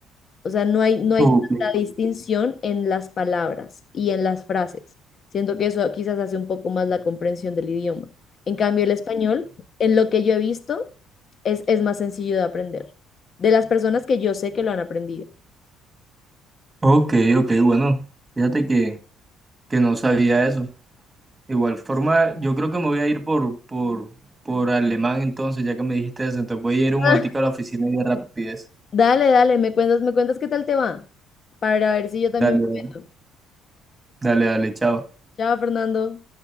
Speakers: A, on the left; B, on the right.
A: O sea, no hay, no hay
B: Ok,
A: tanta distinción en las palabras y en las frases. Siento que eso quizás hace un poco más la comprensión del idioma. En cambio, el español, en lo que yo he visto, es, es más sencillo de aprender. De las personas que yo sé que lo han aprendido.
B: Ok, ok, ok, bueno, fíjate que, que no sabía eso. Igual forma, yo creo que me voy a ir por, por, por alemán entonces, ya que me dijiste eso, entonces voy a ir un
A: <laughs>
B: momentico a la oficina y de rapidez.
A: Dale, dale, me cuentas, me cuentas qué tal te va, para ver si yo también
B: Dale,
A: me
B: dale,
A: meto.
B: dale, dale, chao.
A: Chao, Fernando.